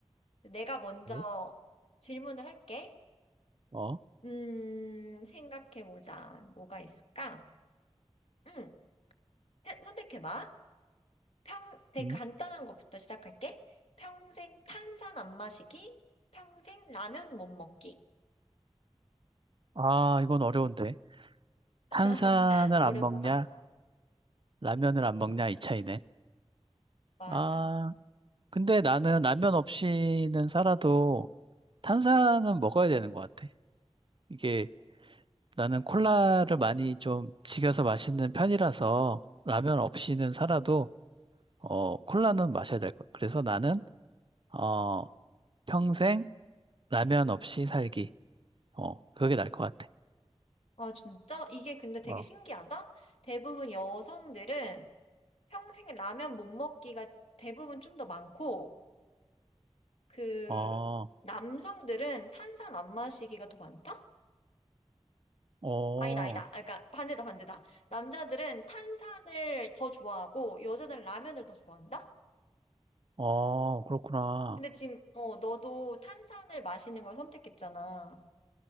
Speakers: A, on the left (about 75°); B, on the right (about 50°).
A: 내가 먼저
B: 예?
A: 질문을 할게.
B: 어,
A: 음, 생각해보자. 뭐가 있을까? 음, 세- 선택해봐. 평, 되게
B: 음.
A: 간단한 것부터 시작할게. 평생 탄산 안 마시기, 평생 라면 못 먹기.
B: 아, 이건 어려운데. 탄산을
A: <laughs> 어렵다.
B: 안 먹냐? 라면을 안 먹냐? 이 차이네.
A: 맞아.
B: 아, 근데 나는 라면 없이는 살아도 탄산은 먹어야 되는 것 같아. 이게 나는 콜라를 많이 좀 즐겨서 마시는 편이라서 라면 없이는 살아도 어, 콜라는 마셔야 될 것. 같아. 그래서 나는 어, 평생 라면 없이 살기. 어, 그게 나을 것 같아.
A: 아, 진짜? 이게 근데 되게
B: 어.
A: 신기하다? 대부분 여성들은 평생 라면 못 먹기가 대부분 좀 더 많고, 그,
B: 어.
A: 남성들은 탄산 안 마시기가 더 많다?
B: 어,
A: 아니다, 아니다. 아, 그러니까 반대다, 반대다. 남자들은 탄산을 더 좋아하고 여자들은 라면을 더 좋아한다?
B: 어, 그렇구나.
A: 근데 지금 어, 너도 탄산을 마시는 걸 선택했잖아.